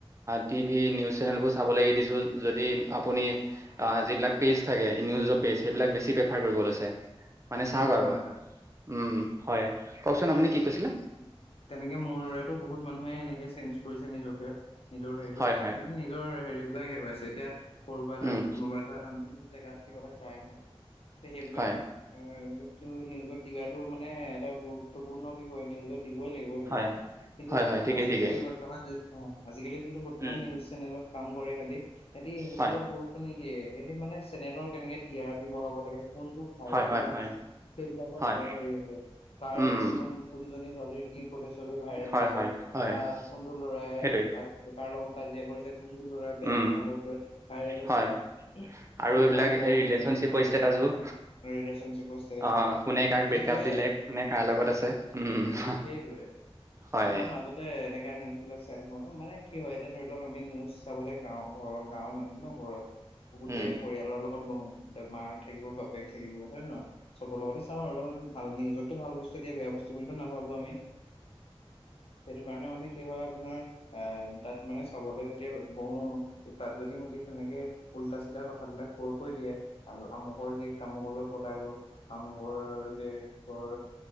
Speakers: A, on the right; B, on the left.
A: টিভি নিউজ চেনেল বোৰ চাবলৈ এৰি দিছো যদি আপোনি যি বিলাক পেইজ থাকে নিউজৰ পেইজ সেইবিলাক ৰেইফাৰ কৰিব লৈছে। মানে চাওক
B: উম
A: আৰু
B: হয় হয়
A: উম হয় কওকচোন আপুনি কি কৈছিলে।
B: তেনেকে মোৰ দৰেতো বহুত মানুহে এনেকে চেঞ্জ কৰিছে নিজকে। নিজৰ হেৰিটো
A: হয় হয়
B: এন্ত নিজৰ হেৰি বিলাক হেৰুৱাইছে এতিয়া কৰবা এটা
A: উম
B: কোনোবা এটা জেগাত কিবা এটা ট্ৰাই সেইবিলাক
A: হয়
B: অ' টো নিউজত দিয়া টো মানে এটা গুৰুত্বপূৰ্ণ বিষয় নিউজত দিবয়ে লাগিব এইবিলাক
A: হয়
B: কিন্তু
A: হয় হয় ঠিকেই
B: আজিকালি
A: ঠিকেই
B: বৰ্তমান যিটো আজিকালি যোনটো বৰ্তমান
A: উম
B: নিউজ চেনেলত কাম কৰে সিহ সিহঁতি সেইবিলাকত
A: হয়
B: গুৰুত্ব নি এদিন মানে চেনেলৰ কেনেকে টি আৰ পি বঢ়াব লাগে কোনটো ভাইৰেল
A: হয় হয়
B: নিউজ
A: হয়
B: সেইবিলাকত
A: হয়
B: হেৰিছে কাৰ
A: উম
B: কোনখন কোনজনী ই প্ৰতি্ছবি ভাইৰেল
A: হয়
B: হৈছে
A: হয় হয়
B: বা কোনটো ল'ৰাই
A: সেইটোৱে
B: কাৰ কাৰ লগত কাজিয়া কৰিছে কোনটো ল'ৰাৰ বেয়া
A: উম
B: কথা কৈ কৈ ভাইৰেল হৈছে
A: হয়
B: আমুক
A: আৰু এইবিলাক
B: আমুকজনী
A: এই ৰিলেচনশ্বিপৰ
B: অ
A: ষ্টেটাচ বোৰ
B: ৰিলেশ্যনশ্বিপৰ ষ্টেটাচ
A: অ',
B: বিলাক
A: কোনে কাক
B: মানে
A: বে ব্ৰেকাপ
B: কিবা
A: দিলে মানে কাৰ লগত আছে উম
B: সেইবোৰেই
A: হয়
B: এ মই মাজতে এনেকা নিউজ বিলাক চাই থাকো মানে কি হয় এতিয়া ধৰি লওক আমি নিউজ চাবলৈ গাৱৰ ঘৰৰ গাঁৱৰ মানুহ ন ঘৰৰ বহুতে
A: উম,
B: পৰিয়ালৰ লগত বহো এতিয়া মাক থাকিব বাপেক থাকিব হয়নে নহয় চবৰ লগতে চাওঁ আৰু ভাল নিউজততো ভাল বস্তুয়ে দিয়ে বেয়া বস্তু ব বুলি টো নাভাবো আমি
A: <inaudible>
B: সেইটো কাৰণে মানে কি হয় আপোনাৰ আহ তাত মানে চাবলৈ যেতিয়া বহো তাত যদি সি তেনেকে উল্টা চিলা কথাবিলাক কৈ কৈ দিয়ে আৰু আমুকৰ ক তামুকলৈ পলাই গ'ল আমুকৰ জীয়েকৰ